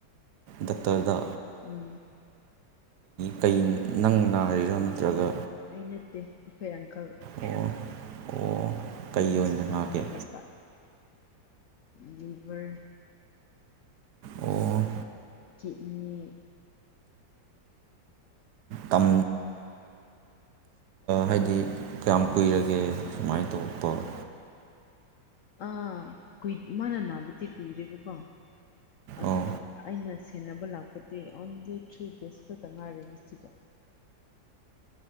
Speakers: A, on the right; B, on the left.
A: ꯗꯇꯔꯗ
B: ꯎꯝ
A: ꯀ ꯅꯪ ꯅꯥꯔꯤꯔꯣ ꯅꯠꯇ꯭ꯔꯒ
B: ꯑꯩꯅꯠꯇꯦ ꯎꯈꯣꯏ ꯑꯪꯀꯜ
A: ꯑꯣ ꯑꯣ ꯀꯩ
B: ꯂꯩꯒꯤ
A: ꯑꯣꯏꯅ
B: ꯁꯪ
A: ꯅꯥꯒꯦ
B: ꯃ ꯆꯠꯄ ꯑꯗꯨꯚꯔ
A: ꯑꯣ
B: ꯆꯤꯞꯅꯤ
A: ꯇꯝ ꯍꯥꯏꯗꯤ ꯀꯌꯥꯝ ꯀꯨꯏꯔꯒꯦ ꯁꯨꯃꯥꯏꯅ ꯇꯧꯕ ꯇ
B: ꯑꯥ ꯀꯏ ꯃꯥꯅ ꯅꯥꯕꯗꯤꯟ ꯀꯨꯏꯔꯦꯕꯀꯣ ꯑꯗꯨꯒ
A: ꯑꯣ
B: ꯑꯩꯅ ꯊꯦꯅꯕ ꯂꯥꯛꯄꯗꯤ ꯑꯣꯟꯂꯤ ꯊ꯭ꯔꯤ ꯗꯦꯖ ꯈꯛꯇ ꯉꯥꯏꯔꯦ ꯉꯁꯤꯒ